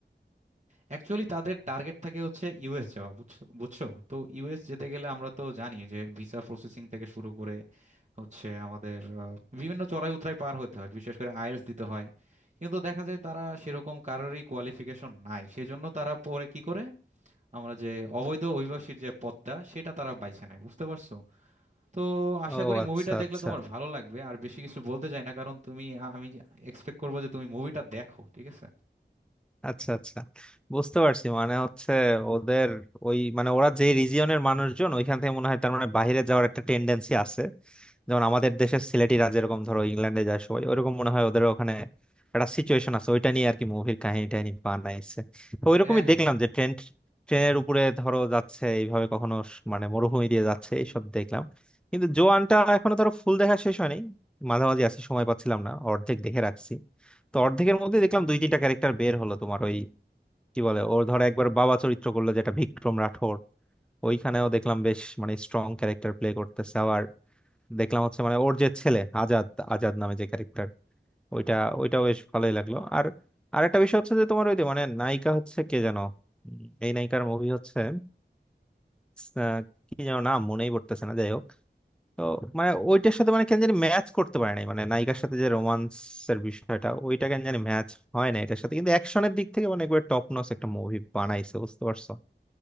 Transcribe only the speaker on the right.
অ্যাকচুয়ালি তাদের টার্গেট থাকে হচ্ছে ইউএস যাওয়া বুঝছো বুঝছো তো ইউএস যেতে গেলে আমরা তো জানি যে ভিসা প্রসেসিং থেকে শুরু করে হচ্ছে আমাদের আহ, বিভিন্ন চড়াই উতরাই পার হতে হয় বিশেষ করে আইএলটিএস দিতে হয় কিন্তু দেখা যায় তারা সেরকম কারোরই কোয়ালিফিকেশন নাই সেজন্য তারা পরে কি করে আমরা যে অবৈধ অভিবাসীর যে পথটা সেটা তারা বাইছে নেয় বুঝতে পারছো তো আশা
করি
মুভিটা দেখলে
তোমার ভালো লাগবে আর বেশি কিছু বলতে চাই না কারণ তুমি আমি এক্সপেক্ট করবো যে তুমি মুভিটা দেখো ঠিক আছে
হ্যাঁ হ্যাঁ